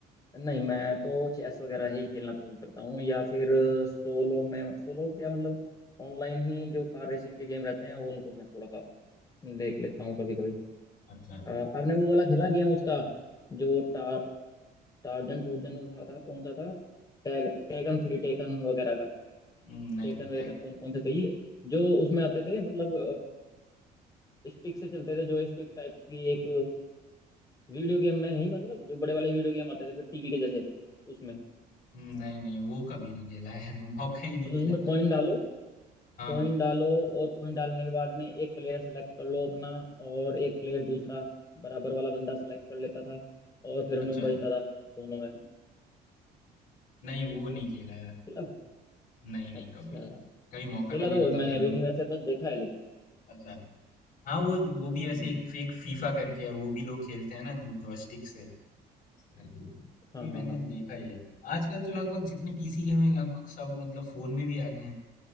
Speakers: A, on the left (about 20°); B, on the left (about 55°).
A: नहीं मैं तो चेस वगैरह ही खेलना पसंद करता हूँ या फिर सोलो में सोलो क्या मतलब ऑनलाइन ही जो कार रेसिंग के गेम रहते हैं वो उनको मैं थोड़ा सा देख लेता हूँ कभी कभी
B: अच्छा
A: आपने वो वाला खेला गेम उसका जो टा, टार्जन टूर्जन का था कौन सा था टैग टेकन थ्री टेकन वगैरह का
B: हम्म, नहीं
A: टेकन वेकन
B: tag-
A: कौन कौन से थे ये जो उसमें आते थे मतलब स्टिक से चलते थे जो स्टिक टाइप की एक वीडियो गेम में ही मतलब जो बड़े वाले वीडियो गेम आते थे फिर टीवी के जैसे उसमें
B: हम्म, नहीं नहीं वो कभी नहीं खेला यार मौका ही नहीं
A: मतलब
B: मिला
A: उसमें कॉइन डालो
B: हाँ
A: कॉइन डालो और कॉइन डालने के बाद में एक प्लेयर सेलेक्ट कर लो अपना और एक प्लेयर दूसरा बराबर वाला बंदा सेलेक्ट कर लेता था और फिर उनमें
B: अच्छा
A: बजता था दोनों में
B: नहीं वो नहीं खेला यार
A: खेला
B: नहीं नहीं
A: अच्छा
B: कभी कभी मौका
A: खेला
B: मिलेगा
A: तो
B: तो
A: मैंने
B: खेलूं
A: भी नहीं वैसे बस देखा है लेकिन
B: अच्छा हाँ वो वो भी ऐसे
A: हम्म
B: एक फेक फीफा करके है वो भी लोग खेलते हैं ना जो जॉयस्टिक से एग्जैक्टली वो
A: हाँ
B: भी मैंने
A: हाँ हाँ
B: देखा ही है आजकल तो लगभग जितने पीसी गेम हैं लगभग सब मतलब फोन में भी आ गए हैं